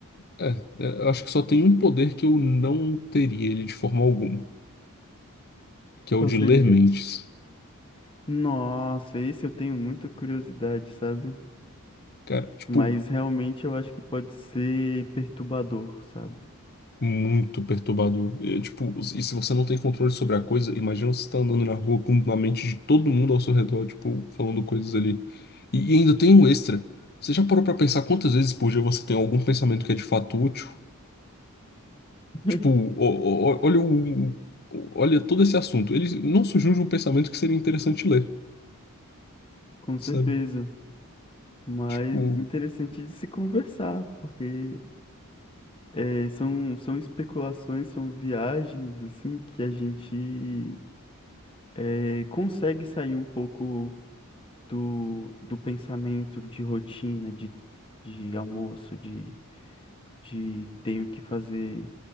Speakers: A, on the left; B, on the left.
A: É, é, eu acho que só tem um poder que eu não teria ele de forma alguma, que
B: Qual
A: é o de
B: seria?
A: ler mentes.
B: Nossa, esse eu tenho muita curiosidade, sabe?
A: Cara, tipo,
B: Mas realmente eu acho que pode ser perturbador, sabe?
A: muito perturbador. É, tipo, e se você não tem controle sobre a coisa, imagina você tá andando na rua com a mente de todo mundo ao seu redor, tipo, falando coisas ali. E, e ainda tem um extra. Você já parou pra pensar quantas vezes por dia você tem algum pensamento que é de fato útil?
B: <laughs>
A: Tipo, o- o- olha o, olha todo esse assunto. Ele não surgiu de um pensamento que seria interessante ler,
B: Com
A: sabe?
B: certeza. Mas
A: Tipo,
B: interessante de se conversar, porque É, são, são especulações, são viagens, assim, que a gente é, consegue sair um pouco do, do pensamento de rotina, de, de almoço, de, de tenho que fazer,